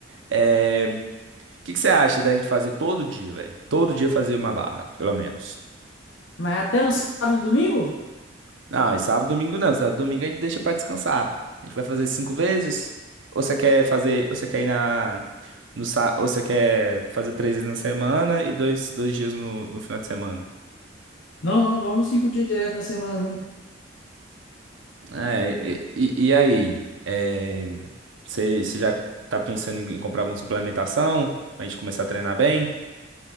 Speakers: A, on the right (about 80°); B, on the left (about 75°).
A: É... O que que você acha da gente fazer todo dia, velho? Todo dia fazer uma barra, pelo menos.
B: Mas até no sábado e domingo?
A: Não, é sábado, domingo não. Sábado, domingo a gente deixa pra descansar. A gente vai fazer cinco vezes. Ou você quer fazer, ou você quer ir na no sá, ou você quer fazer três vezes na semana e dois, dois dias no, no final de semana.
B: Não, não, vamos cinco dias direto na semana mesmo.
A: É, e, e- e aí? É, você, você já tá pensando em comprar alguma suplementação pra gente começar a treinar bem?